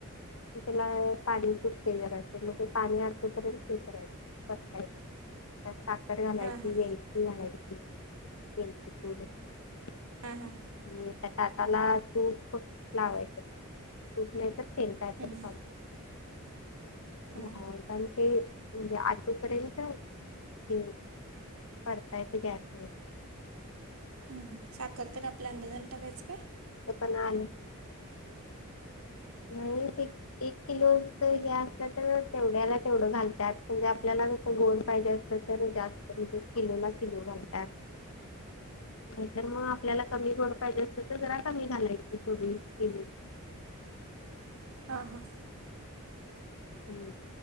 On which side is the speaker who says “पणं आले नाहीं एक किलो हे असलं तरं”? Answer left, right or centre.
Left